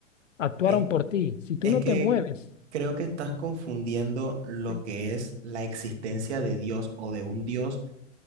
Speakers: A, on the left (about 75°); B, on the right (about 60°).
A: actuaron
B: Es,
A: por ti. Si tú
B: es
A: no
B: que
A: te mueves,
B: creo que estás confundiendo lo
A: Sí.
B: que es la existencia de Dios o de un Dios